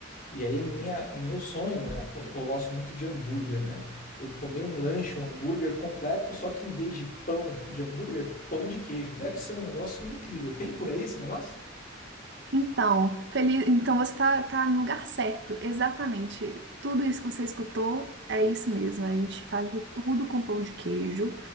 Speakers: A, on the left (about 45°); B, on the right (about 60°).
A: E aí minha, meu sonho era comer, eu gosto muito de hambúrguer, né? Eu comer um lanche, um hambúrguer completo, só que em vez de pão de hambúrguer, pão de queijo. Deve ser um negócio incrível. Tem por aí esse negócio?
B: Então, feliz... então você tá, tá no lugar certo, exatamente. Tudo isso que você escutou é isso mesmo. A gente faz de tudo com pão de queijo.